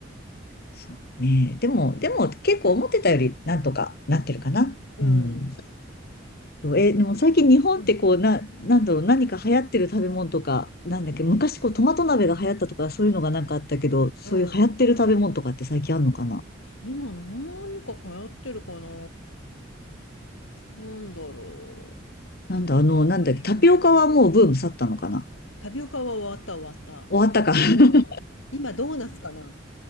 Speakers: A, on the left (about 55°); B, on the left (about 85°).
A: そうねえ。でも、
B: ううん。
A: でも結構思ってたよりなんとかなってるかな。
B: うん、
A: うん。そうえ、でも最近日本ってこう、
B: うん。
A: な、なんだろう、何か流行ってる食べ物とか、なんだっけ、昔こうトマト鍋が流行ったとか、そういうのがなんかあったけど、そういう流行ってる食べ物とかって最近あるのかな
B: うん。今何か流行ってるかななんだろう。
A: なんだ、
B: 流行りも
A: あの、なんだっけ、タピオカはもうブーム去ったのかな
B: の。タピオカは終わった、終わった。
A: 終わったか。<laughs>
B: うん。今ドーナツかな。